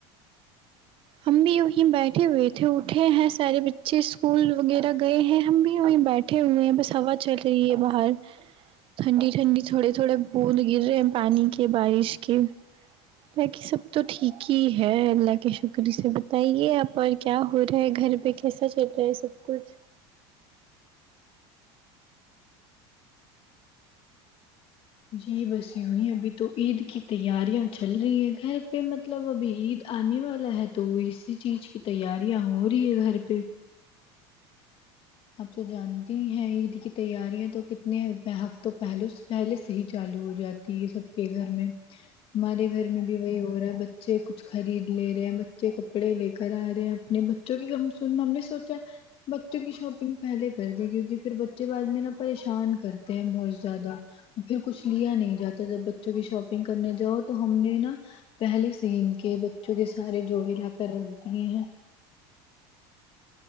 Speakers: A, on the right; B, on the left.
A: ہم بھی وہیں بیٹھے ہوئے تھے اٹھے ہیں سارے بچے اسکول وغیرہ گئے ہیں ہم بھی وہیں بیٹھے اٹھے ہوئے ہیں بس ہوا چل رہی ہے باہر ٹھنڈی ٹھنڈی تھوڑے تھوڑے بوند گر رہے ہیں پانی کے بارش کے باقی سب تو ٹھیک ہی ہے اللہ کے شکرری سے بتائیے آپ اور کیا ہو رہا ہے گھر پہ کیا ایسا چلتا ہے سب کچھ
B: جی بس یوںی ابھی تو عید کی تیاریاں چل رہی ہیں گھر پہ مت مطلب ابھی عید آنے والا ہے تو وہ اسی چیز کی تیاریاں ہو رہی ہے گھر پہ آپ سے جانتی ہیں عید کی تیاریاں تو کتنے ہفتوں پہلے پہلے سے ہی چالو ہو جاتی تی ہے سب کے گھر میں ہمارے گھر میں بھی وہی ہو رہا ہے بچے کچھ خرید لے رہے ہیں بچے کپڑے لے کر آ رہے ہیں اپنے بچوں کی ممی سوچ ہیں بچوں کی شب پہلے کر د کیونکہ پھر بچے ب آدمی نا پریشان کرتے ہیں بہت زیادہ پھر کچھ لیا نہیں جاتا جب بچوں کی شاپنگ کرنے جاؤ تو ہم نے نا پہلے سے ان کے بچوں کے سارے جوڑے لا کر رکھتیے ہیں